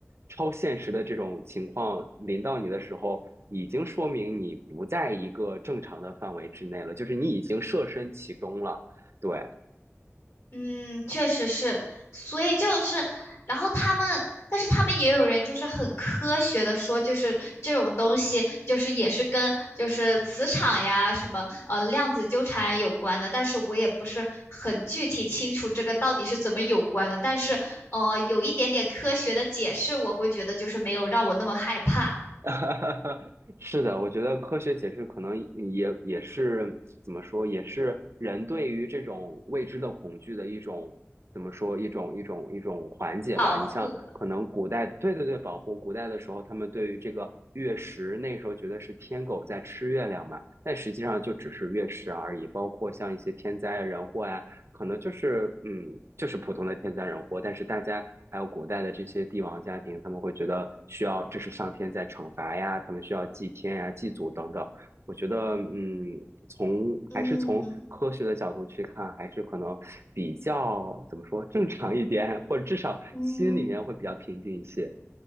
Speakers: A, on the right; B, on the left.
A: 超现实的这种情况临到你的时候，已经说明你不在一个正常的范围之内了，就是你已经设身其中了。对，
B: 嗯，确实是，所以就是，然后他们，但是他们也有人就是很科学的说，就是这种东西就是也是跟就是磁场呀什么呃量子纠缠有关的，但是我也不是很具体清楚这个到底是怎么有关的，但是呃有一点点科学的解释，我会觉得就是没有让我那么害怕
A: <laughs> 是的，我觉得科学解释可能也也是怎么说，也是人对于这种未知的恐惧的一种怎么说，一种一种一种缓解吧。
B: 保护吧
A: 你像可能古代，对对对，保护古代的时候，他们对于这个月食，那时候觉得是天狗在吃月亮嘛，但实际上就只是月食而已。包括像一些天灾啊人祸啊可能就是嗯，就是普通的天灾人祸，但是大家还有古代的这些帝王家庭，他们会觉得需要这是上天在惩罚呀，他们需要祭天呀、祭祖等等。我觉得嗯，从还是从科学的角度去看，
B: 嗯
A: 还是可能比较怎么说正常一点，或者至少心里面会比较平静一些。
B: 嗯。